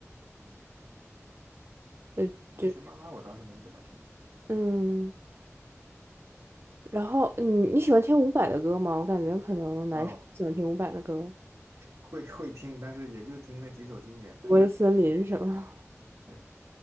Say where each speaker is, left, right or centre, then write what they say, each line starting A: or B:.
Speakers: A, on the right; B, on the right.
A: 嗯，
B: 呃，
A: 南拳妈妈我倒是没怎么听，
B: 就嗯，然后你你喜欢听伍佰的歌吗？我感觉可能男生喜欢听伍佰的歌，
A: 哦，会会听，但是也就听那几首经典的，
B: 《我的森林》什么，
A: 对，